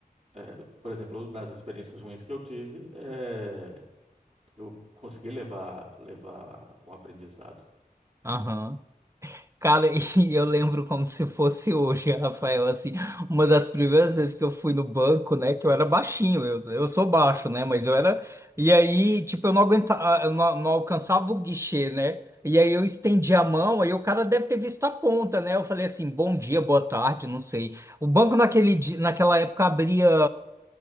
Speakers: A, on the right; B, on the right.
A: é, por exemplo, nas experiências ruins que eu tive, é, eu consegui levar, levar um aprendizado.
B: aham. Cara, <laughs> e eu lembro como se fosse hoje, Rafael, assim, uma das primeiras vezes que eu fui no banco, né, que eu era baixinho, eu, eu sou baixo, né, mas eu era, e aí, tipo, eu não aguentava, eu não, não alcançava o guichê, né, e aí eu estendi a mão, aí o cara deve ter visto a ponta, né, eu falei assim, bom dia, boa tarde, não sei. O banco naquele dia, naquela época abria